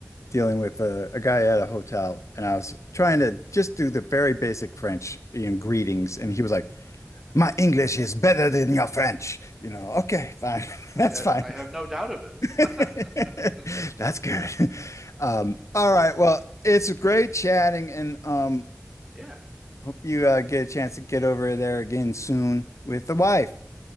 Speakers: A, on the left; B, in the centre.
A: dealing with a, a guy at a hotel, and I was trying to just do the very basic French you know, greetings,
B: hmm
A: and he was like, "My English is better than your French." You know, okay, fine, <laughs>
B: I
A: that's
B: ha
A: fine,
B: I have no doubt of it.
A: <laughs>
B: <laughs>
A: that's good. Um, all right, well, it's great chatting, and um,
B: Yeah,
A: hope you uh, get a chance to get over there again soon with the wife.